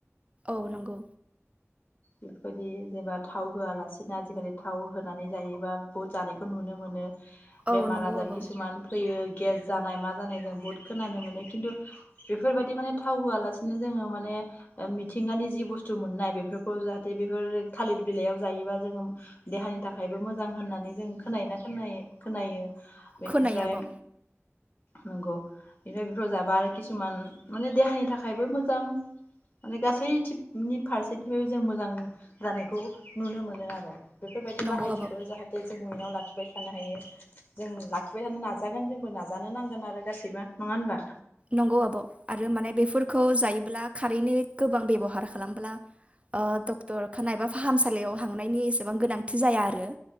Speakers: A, on the right; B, on the left.
A: गौ नंगौ।
B: बेफोरबायदि जेनेबा थाव होआलासिनो आजिखालि थाव होनानै जायोबा बहुत जानायखौ नुनो मोनो।
A: औ
B: बेमार
A: नंगौ
B: आजार
A: आब'
B: खिसुमान फैयो गेस जानाय मा जानाय जों बुहुत खोनानो मोनो। खिन्थु बेफोरबायदि माने थाव होआलासिनो जोङो माने मिथिंगानि जि बुस्थु मोननाय बेफोर खौ जाहाथे बेफोर थालिर बिलाइयाव जायोबा जोङो देहानि थाखायबो मोजां होननानै जों खोनायो ना खोनायो खोनायो। बेनिफ्राय
A: खोनायो आब'
B: नंगौ बेनिफ्राय बेफोराव जाबा आरो किसुमान माने देहानि थाखायबो मोजां। माने गासै थिनि फारसे बे जों मोजां जानायखौ नुनो मोनो आरो। बेफोरबायदि
A: नंगौ
B: बाहायथिखौ
A: आब'
B: जाहाथे जों <unintelligible> लाखिबाय थानो हायो जों लाखिबाय थानो नाजागोन जोंबो नाजानो नांगोन आरो गासैबो नङा होबा?
A: नंगौ आब'। आरो माने बेफोरखौ जायोब्ला खारैनि गोबां बेब'हार खालामब्ला डक्टरखानाय एबा फाहामसालियाव हांनायनि एसेबां गोनांथि जाया आरो।